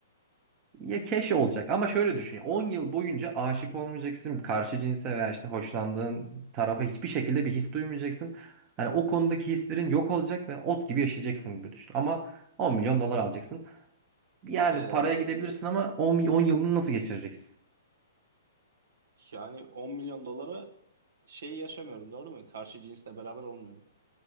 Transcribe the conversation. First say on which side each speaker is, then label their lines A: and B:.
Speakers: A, on the right; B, on the right.
A: Ya keş olacak ama şöyle düşün. ya, 10 yıl boyunca aşık olmayacaksın. Karşı cinse veya işte hoşlandığın tarafa hiçbir şekilde bir his duymayacaksın. Hani o konudaki hislerin yok olacak ve ot gibi yaşayacaksın gibi düşün. Ama 10 milyon dolar alacaksın. Yani
B: Ee,
A: paraya gidebilirsin ama 10, mi- 10 yılını nasıl geçireceksin?
B: yani 10 milyon dolara şey yaşamıyorum doğru mu? Karşı cinsle beraber olmuyorum.